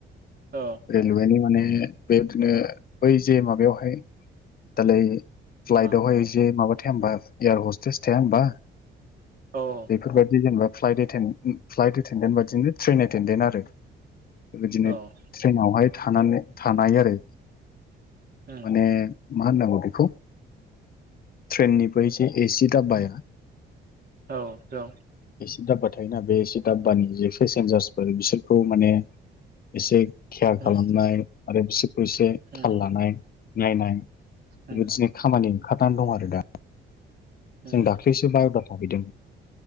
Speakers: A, on the right; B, on the left.
A: औ
B: रेलवेनि माने बेबायदिनो बै जे माबायावहाय दालाय फ्लाइटावहाय
A: मा
B: जे माबा थाया होनबा एयार हस्टेस थाया होनबा
A: ओ औ
B: बेफोरबायदि जेनेबा फ्लाइट एटेनड एटेनडेन्ट बादिनो ट्रेन एटेडेन्ट आरो बेबायदिनो
A: औ
B: ट्रेनावहाय थानानै थानाय आरो
A: उम
B: माने मा होननांगौ बेखौ ट्रेननिफ्राय जे एसि दाबाया
A: औ जं
B: एसे दाब्बा थायो ना बे एसे दाब्बानि जे पेसेन्जार्सफोर बिसोरखौ माने एसे केयार
A: उम
B: खालामनाय आरो बिसोरखौ एसे
A: उम
B: थाल लानाय नायनाय
A: उम
B: बेबायदिनो खामानि ओंखारनानै दं आरो दा।
A: उम
B: जों दाख्लैसो बाय'डाटा हैदों